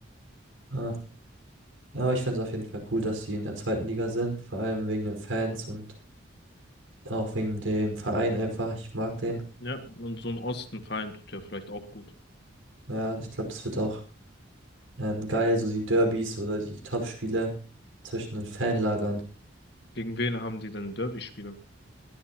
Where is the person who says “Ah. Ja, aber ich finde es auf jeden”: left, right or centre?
Right